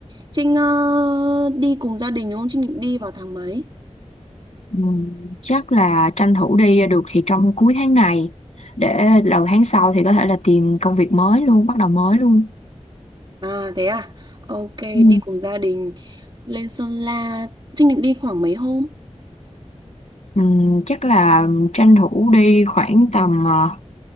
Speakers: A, on the right; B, on the left.
A: Trinh ờ, đi cùng gia đình đúng không? Trinh định đi vào tháng mấy?
B: Ừ, chắc là tranh thủ đi được thì trong cuối tháng này, để đầu tháng sau thì có thể là tìm công việc mới luôn, bắt đầu mới luôn.
A: À thế à, ok,
B: Ừ.
A: đi cùng gia đình lên Sơn La. Trinh định đi khoảng mấy hôm?
B: Ừ, chắc là tranh thủ đi khoảng tầm uh,